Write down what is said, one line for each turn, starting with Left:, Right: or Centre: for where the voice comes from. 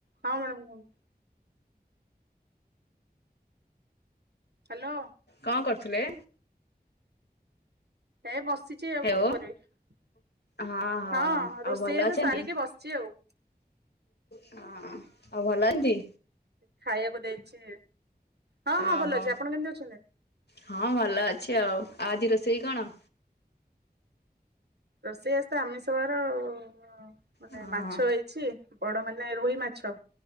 Right: ହଁ ମାଡାମ୍ କୁହନ୍ତୁ। ହାଲୋ।
Left: କଣ କରଥିଲେ?
Right: ଏ ବସି ଚି ଆଉ
Left: ହେଓ
Right: କଣ କରିବି
Left: ହଁ
Right: ହଁ
Left: ଆଉ
Right: ରୋଷେଇ
Left: ଭଲ ଅଛନ୍ତି?
Right: ବାସ ସାରିକି ବସଚି ଆଉ।
Left: ହଁ ଆଉ ଭଲ ଅତି?
Right: ସେ ଖାଇବାକୁ ଦେଇଛି ହଁ
Left: ଓହୋ।
Right: ହଁ ଭଲ ଅଛି। ଆପଣ କେମତି ଅଛନ୍ତି?
Left: ହଁ ଭଲ ଅଛି ଆଉ ଆଉ ଆଜି ରୋଷେଇ କଣ?
Right: ରୋଷେଇ ଆଜି ତ ଆମିଷ ବାର ଅ ଅ ଅ ମାନେ
Left: ହଁ
Right: ମାଛ ହେଇଛି ବଡ଼ ମାନେ ରୋହି ମାଛ।